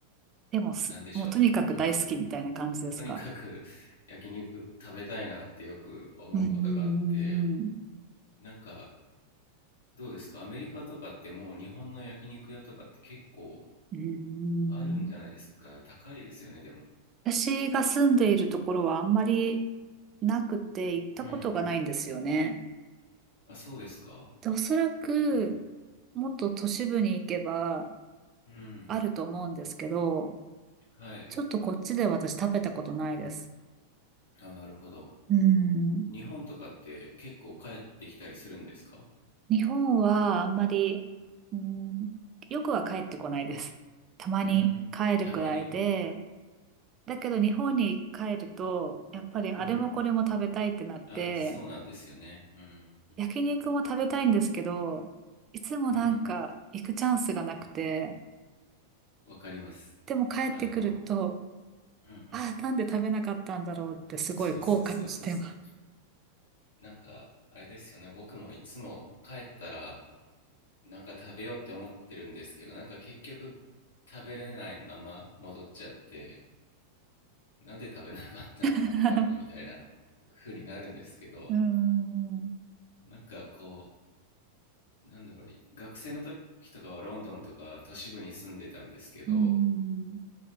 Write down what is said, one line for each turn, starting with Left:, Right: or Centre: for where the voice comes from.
Right: でもす、
Left: なんでしょう。
Right: もうとにかく大好きみたいな感じですか
Left: うん。とにかく <laughs> 焼肉食べたいなってよく思うことがあって、
Right: うんうんうんうん。
Left: なんかどうですかアメリカとかってもう日本の焼肉屋とかって結構
Right: うんうんうん
Left: あるんじゃないですか高いですよね、でも。
Right: 私が住んでいるところはあんまりなくて行ったことがないんですよね。
Left: うん。あ、そうですか
Right: で、おそらく
Left: うん。
Right: もっと都市部に行けば
Left: うん。
Right: あると思うんですけど、
Left: はい。
Right: ちょっとこっちで私食べたことないです。
Left: あ、なるほど。
Right: うん。
Left: 日本とかって結構帰ってきたりするんですか
Right: 日本はあんまり、うん、よくは帰ってこないです。たまに帰るくらいで、
Left: うん。たまに。
Right: だけど日本に帰ると、やっぱりあれもこれも食べたいってなって、
Left: うん。あ、そうなんですよね。うん。
Right: 焼肉も食べたいんですけど、いつもなんか行くチャンスがなくて、
Left: うん。わかります。
Right: でも帰ってくると、
Left: あの、うんうん。
Right: ああ、なんで食べなかったんだろうってすごい後悔してます。
Left: そうそうそうそうそう。なんか、あれですよね、僕もいつも帰ったら、なんか食べようって思ってるんですけど、なんか結局食べれないまま戻っちゃって、なんで食べなかったんだろうみたいな風になるんですけど、
Right: <laughs> うーん、う
Left: なんかこう、なんだろう、学生の時とかはロンドンとか都市部に住んでたんですけど、
Right: ーん、